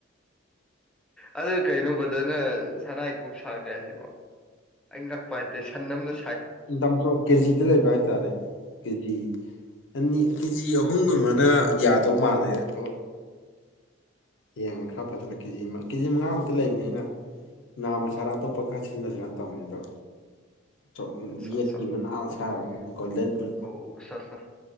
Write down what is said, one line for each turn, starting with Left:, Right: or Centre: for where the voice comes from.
Centre: ꯑꯗꯨ ꯀꯩꯅꯣꯕ ꯅꯪꯅ ꯁꯅꯥꯏ ꯀꯨꯞ ꯁꯥꯒꯦ ꯍꯥꯏꯁꯤꯕꯣ ꯑꯩ ꯉꯛꯄ ꯍꯥꯏꯇꯦ ꯁꯟ ꯑꯃꯗ
Left: ꯏꯟ ꯇꯔꯝꯁ ꯑꯣꯐ ꯀꯦꯖꯤꯗ ꯂꯩꯕ ꯍꯥꯏꯇꯥꯔꯦ ꯀꯦꯖꯤ ꯑꯅꯤ ꯀꯦꯖꯤ ꯑꯍꯨꯝꯒꯨꯝ ꯑꯃꯅ ꯌꯥꯗꯧ ꯃꯥꯜꯂꯦ ꯑꯗꯣ ꯌꯦꯡꯉꯒ ꯈꯔ ꯐꯖꯅ ꯀꯦꯖꯤ ꯑꯃ ꯀꯦꯖꯤ ꯃꯉꯥꯃꯨꯛꯇ ꯂꯩꯕꯅꯦ ꯑꯩꯅ ꯅꯥꯝꯃꯁꯥꯔꯥ ꯑꯇꯣꯞꯄ ꯈꯔ ꯁꯤꯖꯤꯟꯅꯖꯔ ꯇꯧꯅꯤ ꯑꯗꯣ ꯆꯣ
Centre: ꯑꯠꯆꯥ
Left: ꯌꯦꯠꯀꯤ
Centre: ꯑꯠꯆꯥ
Left: ꯃꯅꯥ ꯁꯥꯔꯒꯦ ꯒꯣꯜꯗꯟ ꯕꯨ
Centre: ꯑꯣ ꯁꯥꯁ